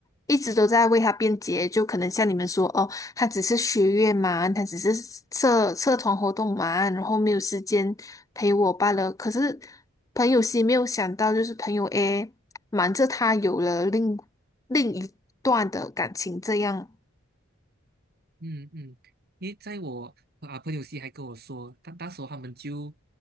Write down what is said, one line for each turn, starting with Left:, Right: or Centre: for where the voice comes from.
Left: 一直都在为他辩解，就可能像你们说哦，他只是学业嘛，他只是社社团活动嘛，然后没有时间陪我罢了。可是朋友 C 没有想到，就是朋友 A。瞒着他有了另另一段的感情，这样
Right: 嗯嗯，因为在我啊朋友系还跟我说，他那时候他们就